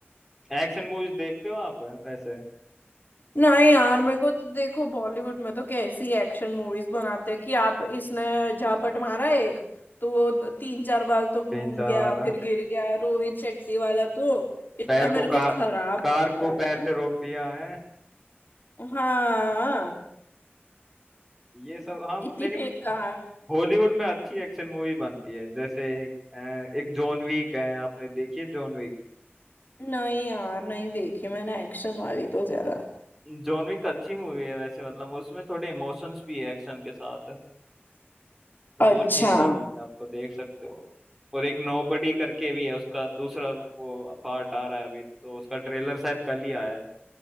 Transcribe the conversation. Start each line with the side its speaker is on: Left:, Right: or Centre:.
Centre: एक्शन मूवीज देखते हो आप वैसे
Left: नहीं यार मेरे को तो देखो बॉलीवुड में तो कैसी एक्शन मूवीज बनाते हैं कि आप इसने झापट मारा एक तो वो द- तीन चार बार तो घूम
Centre: तीन चार
Left: गया
Centre: वाला
Left: फिर गिर गया रोहित शेट्टी वाला तो इतना
Centre: पैर
Left: मेरे
Centre: को कार
Left: को खराब
Centre: कार
Left: लगता
Centre: को
Left: है
Centre: पैर
Left: ना
Centre: से रोक दिया है
Left: हाँ
Centre: ये सब हाँ
Left: इतनी
Centre: लेकिन
Left: बेकार
Centre: हॉलीवुड में अच्छी एक्शन मूवी बनती है जैसे एक, अ, एक जॉन विक है आपने देखी है जॉन विक
Left: नहीं यार नहीं देखी मैंने एक्शन वाली तो ज्यादा
Centre: जॉन विक अच्छी मूवी है वैसे मतलब उसमें थोड़े इमोशंस भी है एक्शन के साथ वो
Left: अच्छा
Centre: ठीक लगेगी आपको देख सकते हो और एक नोबडी करके भी है उसका दूसरा वो पार्ट आ रहा है अभी तो उसका ट्रेलर शायद कल ही आया है